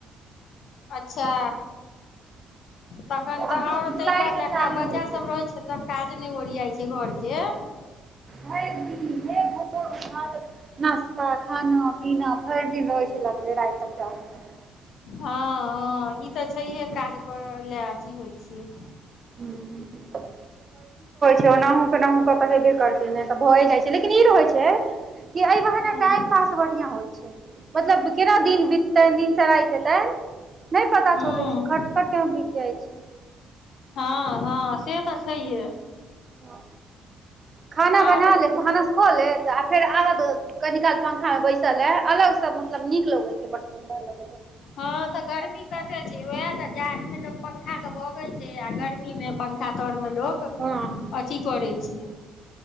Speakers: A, on the left (about 60°); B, on the right (about 35°).
A: अच्छा तखन तऽ
B: आब जु
A: और
B: जुलाइसँ
A: ताहि दुआरे ल
B: चालू
A: बच्चा
B: हेतै
A: सब रहे छै तऽ काज नहि बियात कें घरके
B: भरि हे ओ नास्ता खाना पीना भरि दिन रहै छै लगबे राति तक चाहै छै
A: हँ ह ई तऽ छैहे काज करय लए अथी होइ छियै
B: ह चना हो केनाहु कऽ तऽ हेबे करतै ने तऽ भए जाइ छै लेकिन ई रहय छै कि एहि ब
A: हूँ
B: ने टाइम पास बढ़िया होइ छै मतलब केना दिन बीततै दिनसराय हेतै नहि पता
A: हूँ
B: चलै छै खर्च क टाम बीत जाइ छै
A: हँ हँ से त छहि‌ए
B: हँ खाना
A: आर
B: बना लेत भानस खऽ लेत आ फेर आबत कनि काल पंखा मे बैसल हे अलग से मतलब नीक लगे छै बड सुन्दर अलग
A: हँ तऽ गर्मी कते छै उएह ने जाड़मे लोक पंखाँ भगै छै आ गर्मी मी मे पंखा तोर मे लोक
B: हँ
A: अथी करै छै